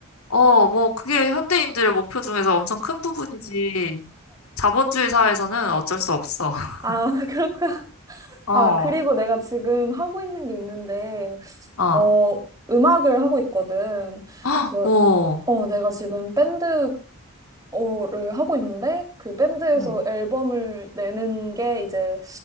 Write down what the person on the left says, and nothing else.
어, 뭐, 그게 현대인들의 목표 중에서 엄청 큰 부분이지. 자본주의 사회에서는 어쩔 수 없어. <laughs>
어,
아,
어,
<gasps> 오,
응.